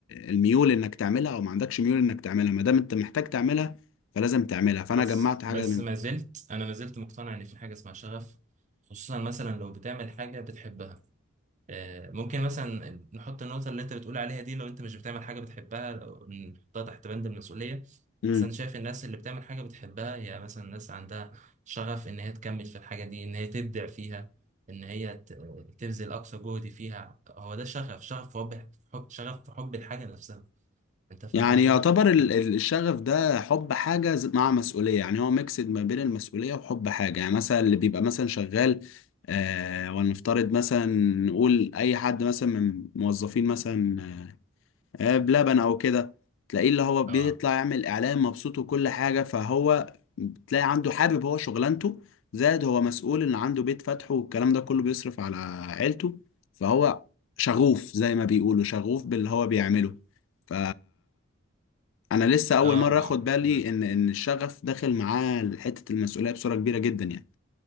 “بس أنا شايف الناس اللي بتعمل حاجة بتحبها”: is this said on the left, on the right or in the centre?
Right